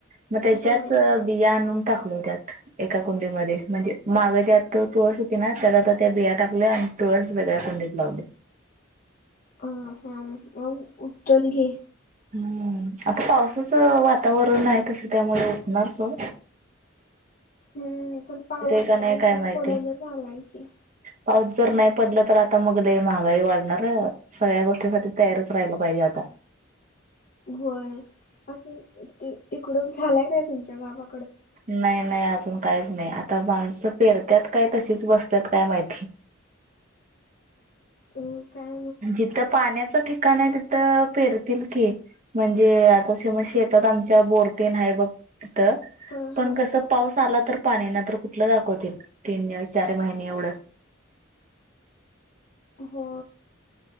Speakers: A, on the right; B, on the left.
A: मग त्याच्याच
B: हा
A: बिया आणुन टाकलो त्यात एका कुंडीमध्ये म्हणजे माग ज्यात तुळस होती ना त्यात आता त्या बिया टाकल्या आणि तुळस वेगळ्या कुंडीत लावली.
B: ह हा उचल घे.
A: हम्म आता पावसाच वातावरण आहे तसं त्यामुळे ऊठणारच हो.
B: हं पण पाऊस
A: का नाही
B: अजून
A: काय माहिती.
B: पडण झालाय की.
A: पाऊस जर नाही पडला तर आता मग लय महागाई वाढणार सगळ्या गोष्टीसाठी तयारच राहिलं पाहिजे आता
B: वय <unintelligible> तिकडं झालाय काय तुमच्या बाबा
A: नाही, नाही अजून काहीच नाही आता माणस त पेरतात काय तशीच बसतात काय माहिती.
B: हो काय‌.
A: जिथं पाण्याचं ठिकाण आहे तिथं पेरतील की म्हणजे आता समज शेतात आमच्या बोर ते आहे बघ तिथं
B: हा
A: पण
B: हा
A: कसं पाऊस पाऊस आला तर पाणी ना तर कुठलं दाखवतील तीन चार महिने एवढं‌
B: हो